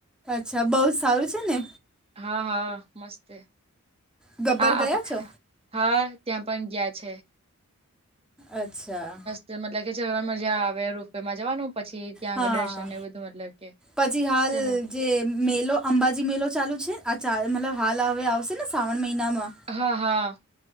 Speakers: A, in the centre; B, on the right.
A: અચ્છા બહુ સારું છે ને.
B: હા હા મસ્ત
A: ગબ્બર
B: આ
A: ગયા છો
B: હા ત્યાં પણ ગયા છે.
A: અચ્છા.
B: જે મતલબ કે ચવા મજા આ. હવે રૂપેમાં જવાનું પછી ત્યાં
A: હા
B: આગળ દર્શન એ બધું મતલબ કે
A: પછી હાલ
B: ચલો
A: જે મેલો અંબાજી મેલો ચાલુ છે આ ચા મતલબ હાલ હવે આવશે ને શ્રાવણ મહિનામાં.
B: હા હા.